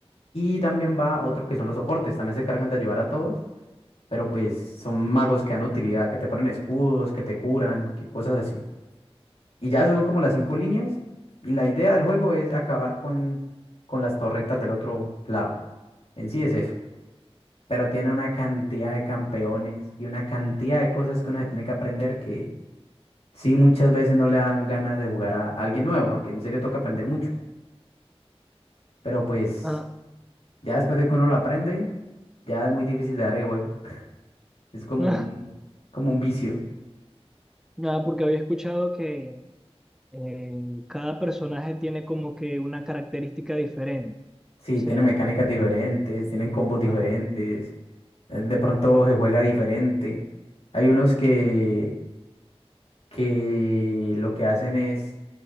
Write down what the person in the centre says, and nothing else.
Ah.
<laughs>
Nada, porque había escuchado que eh, cada personaje tiene como que una característica diferente. O
sea,
ajá,